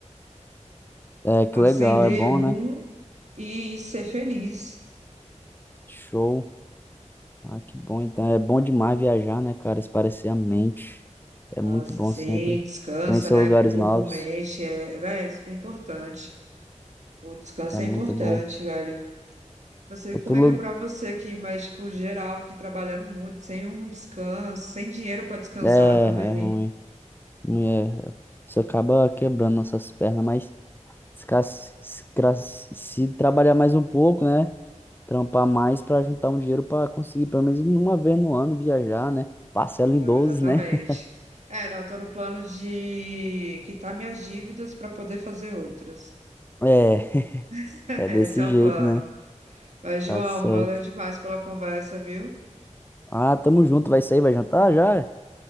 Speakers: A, on the left; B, on the right.
A: É, que
B: acender
A: legal, é bom,
B: um
A: né?
B: e ser feliz.
A: Show. Ah, que bom. Então, é bom demais viajar, né, cara? Espairecer a mente. É
B: Nossa,
A: muito bom
B: sim,
A: sempre.
B: descansa,
A: Conhecer
B: né?
A: lugares
B: Corpo,
A: novos
B: mente, é, véi, é super importante. O descanso
A: é
B: é
A: muito
B: importante,
A: bom.
B: velho. Não sei
A: Outro
B: como é
A: lugar
B: que é pra você aqui, mas, tipo, geral, aqui trabalhando muito, sem um descanso, sem dinheiro pra descansar
A: é,
B: também.
A: é ruim. Não É, isso acaba quebrando nossas pernas, mas se, ca- se, ca- se trabalhar mais um pouco, né? trampar mais para juntar um dinheiro para conseguir pelo menos uma vez no ano viajar, né? Parcela
B: É,
A: em
B: Não,
A: doze
B: exatamente.
A: né? <laughs>
B: É, não, eu tô no plano de quitar minhas dívidas para poder fazer outras.
A: É,
B: <laughs>
A: é desse
B: Esse é
A: jeito,
B: o plano.
A: né?
B: Mas, João,
A: Tá certo.
B: valeu demais pela conversa, viu?
A: Ah, tamo junto, vai sair, vai jantar já?